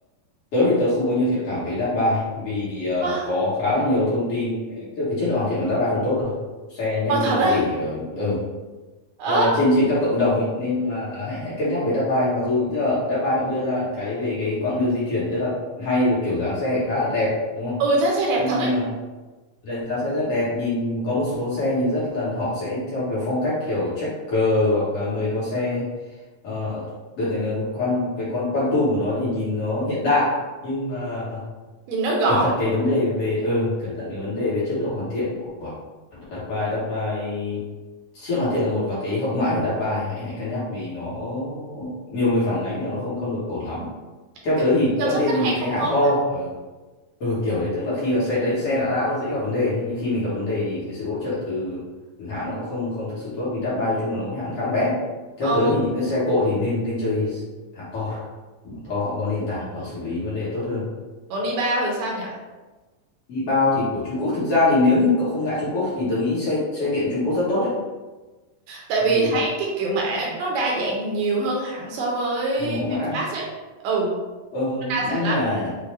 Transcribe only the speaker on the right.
Ờ,
ờ, thật
á.
Ờ,
ừ dán xe đẹp
thật ấy
nhìn nó gọn
kiểu
như chăm
sóc
khách hàng
không
tốt
á
ờ
ừ.
còn đi bao thì sao nhỉ
tại
vì thấy cái kiểu mã nó đa dạng nhiều hơn hẳn so với
VinFast ấy ừ
nó đa
dạng lắm